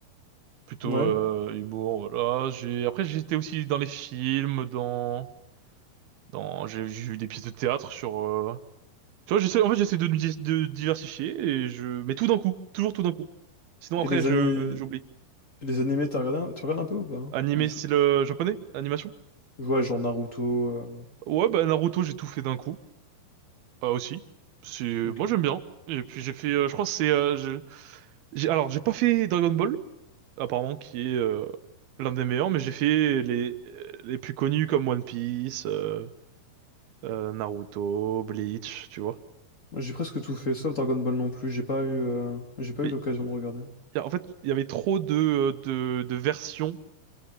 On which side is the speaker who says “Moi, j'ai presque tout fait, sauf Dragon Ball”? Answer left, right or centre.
Left